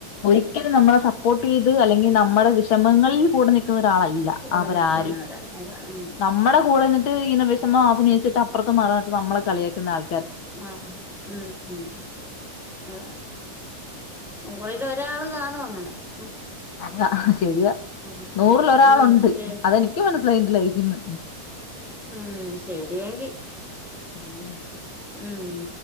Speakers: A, on the left (about 50°); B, in the centre.
A: ഒരിക്ക് ക്കലും നമ്മളെ സപ്പോർട്ട് ചെയ്ത് അല്ലെങ്കി നമ്മടെ വിഷമങ്ങളിൽ കൂടെ നിക്കുന്നൊര് രാളല്ല
B: കൂടെ
A: അവരാരും
B: നിക്കുന്നവരല്ല അതാ ഉം
A: നമ്മടെ കൂടെ നിന്ന് ട്ട് ഇങ്ങന വിഷമം അഭിനയിച്ചിട്ട് അപ്പുറത്ത് മാറി നിന്നിട്ട് നമ്മളെ കളിയാക്കുന്ന ആൾ
B: ആഹ് ഉം ഉം ആഹ് ഓ <unintelligible> ഒരാള് കാണും അങ്ങനെ ഉം
A: അതാ ശെരിയാ
B: ഉം
A: നൂറിലൊരാളൊണ്ട്
B: ഉം ശരി
A: അതെനിക്ക് മനസ്സിലായി എന്റെ ലൈഫീന്ന്
B: ഉം ശെരിയെങ്കി
A: ശെരിയെന്നാ
B: ഉം